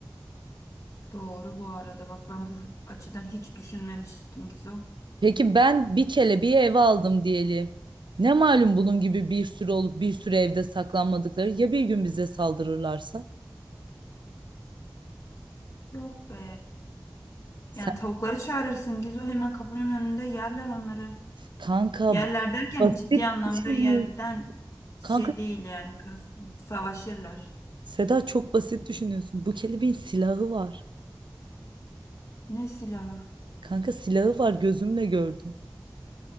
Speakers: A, on the left; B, on the right.
A: Doğru bu arada bak ben bu açıdan hiç düşünmemiştim Gizo.
B: Peki ben bir kelebeği eve aldım diyelim. Ne malum bunun gibi bir sürü olup bir sürü evde saklanmadıkları ya bir gün bize saldırırlarsa?
A: Yok be.
B: Sen
A: Yani tavukları çağırırsın Gizo hemen kapının önünde yerler onları.
B: kanka
A: Yerler derken
B: basit
A: ciddi anlamda
B: düşünüyorsun.
A: yerden şey
B: Kanka
A: değil yani kastım. Savaşırlar.
B: Seda çok basit düşünüyorsun. Bu kelebeğin silahı var.
A: Ne silahı?
B: Kanka silahı var gözümle gördüm.